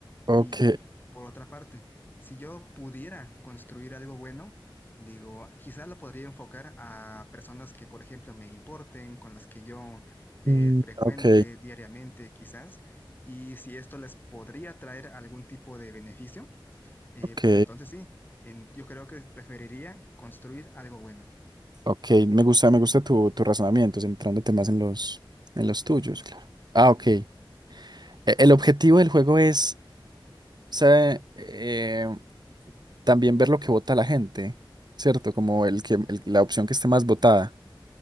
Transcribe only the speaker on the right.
ok,
mm,
ok,
ok,
ok. Me gusta, me gusta tu, tu razonamiento, centrándote más en los, en los tuyos, claro. Ah, ok. E- El objetivo del juego es sea, eh, también ver lo que vota la gente, ¿cierto? Como el que el- la opción que esté más votada.